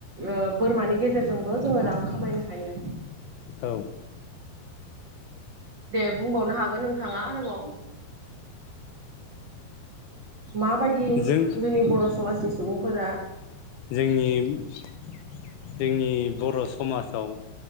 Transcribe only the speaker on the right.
ओ बोरमानि गेजेरजोंबो जोङो रां खामायनो हायो।
दे बुंबावनो हागोन नोंथाङा आरोबाव। माबायदि जोंनि
बर' समाजनि सुबुं फोरा